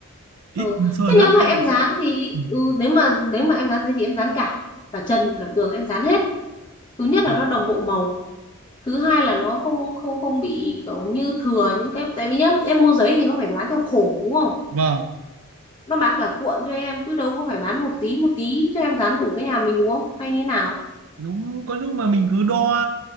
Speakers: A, on the right; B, on the left.
A: ít
B: ừ.
A: sơn
B: thế nếu
A: lắm
B: mà
A: các
B: em
A: em
B: dán thì
A: Ừ,
B: ừ, nếu mà nếu mà em dán thế thì em dán cả cả trần cả tường em dán hết thứ nhất
A: dạ.
B: là nó đồng bộ màu thứ hai là nó không không không bị kiểu như thừa những cái tại vì nhá em mua giấy thì nó phải bán theo khổ đúng không
A: vâng
B: nó bán cả cuộn cho em chứ đâu có phải bán một tí một tí cho em dán đủ cái nhà mình đúng không hay như nào
A: đúng có lúc mà mình cứ đo